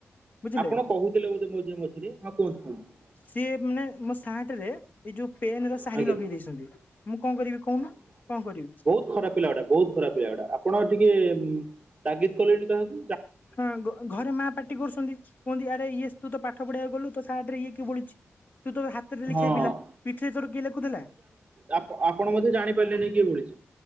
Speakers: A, on the left; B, on the right.
A: ବୁଝିଲେ
B: ଆପଣ କହୁଥିଲେ ବୋଧେ ମଝିରେ ମଝିରେ ହଁ କୁହନ୍ତୁ କୁହୁନ୍ତୂ।
A: ସିଏ ମାନେ ମୋ ସାର୍ଟ ରେ ଏଇ ଯୋଉ ପେନ ର ସାହି
B: ଆଜ୍ଞା
A: ଲଗେଇ ଦେଇଚନ୍ତି ମୁଁ କଣ କରିବି କହୁନୁ କଣ କରିବି?
B: ଖରା ପିଲାଗୁଡ଼ାକ। ବହୁତ ଖରାପ ପିଲା ଗୁଡା। ଆପଣ ଟିକେ ତାଗିଦ କଲେଣି କା ହାକୁ?
A: ହଁ ଘ - ଘରେ ମା ପାଟି କରୁଚନ୍ତି କୁହନ୍ତି ଆରେ ଇଏ ତୁ ତ ପାଠ ପଢିବାକୁ ଗଲୁ ତ ସାର୍ଟ ରେ ଇଏ କିଏ ବୋଳିଚି? ତୁ ତ ହାତରେ ଲେଖିବା
B: ହଁ।
A: ପିଲା ପିଠିରେ ତୋର କିଏ ଲେଖୁଥିଲା?
B: ଆ ଆପଣ ମଧ୍ୟ ଜାଣିପାରିଲେନି କିଏ ବୋଳିଛି?